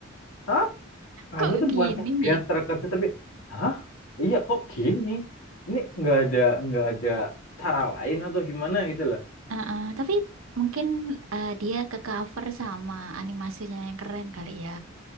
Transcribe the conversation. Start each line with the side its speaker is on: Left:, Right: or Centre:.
Left: Hah? Kayaknya
Right: Kok
Left: itu
Right: gini
Left: bukan kaget
Right: gitu.
Left: terkejut tapi hah? Iya kok gini? Ini nggak ada nggak ada cara lain atau gimana gitu loh.
Right: Ah, ah. tapi mungkin ah, dia ke cover sama animasinya yang keren kali ya.